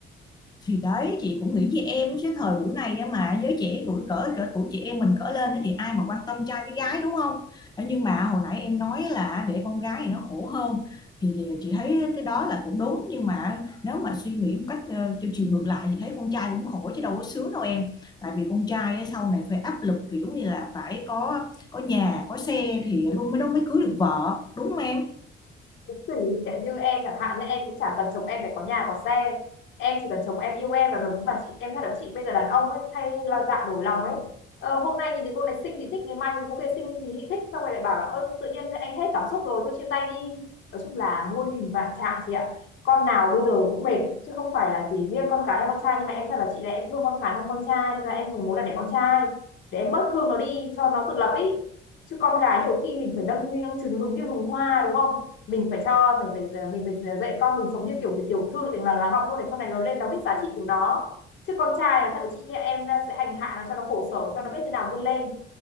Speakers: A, on the left; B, on the left.
A: thì đấy chị cũng nghĩ với em cái thời buổi này á mà giới trẻ tuổi cỡ cỡ tuổi chị em mình cỡ lên thì ai mà quan tâm trai với gái đúng không Ờ, nhưng mà hồi nãy em nói là để con gái thì nó khổ hơn thì chị thấy cái đó là cũng đúng nhưng mà nếu mà suy nghĩ một cách ờ, theo chiều ngược lại thì thấy con trai cũng khổ chứ đâu có sướng đâu em tại vì con trai á, sau này phải áp lực kiểu như là phải có có nhà có xe thì luôn mới đó mới cưới được vợ đúng không em
B: cũng tùy sẽ như em chẳng hạn như em cũng chả cần chồng em phải có nhà có xe em chỉ cần chồng em yêu em là đúng mà chị em thật là chị bây giờ đàn ông ấy hay là dạ đổi lòng ấy ờ, hôm nay nhìn thấy cô này xinh thì thích ngày mai nhìn cô kia xinh thì thích xong rồi lại bảo là ơ tự nhiên anh hết cảm xúc rồi thôi chia tay đi nói chung là muôn hình vạn trạng chị ạ con nào bây giờ cũng mệt chứ không phải là chỉ riêng con cái hay con trai nhưng mà em thật là chị là em thương con gái hơn con trai nên là em mới muốn là để con trai để em bớt thương nó đi cho nó tự lập ý chứ con gái nhiều khi mình phải đâm như đâm trứng hứng như hùng hoa đúng không mình phải cho mình phải mình phải dạy con mình sống như kiểu tiểu thư để mà nó học luôn để sau này nó lên nó biết giá trị của nó chứ con trai là thằng chị em sẽ hành hạ nó cho nó khổ sở cho nó biết thế nào vươn lên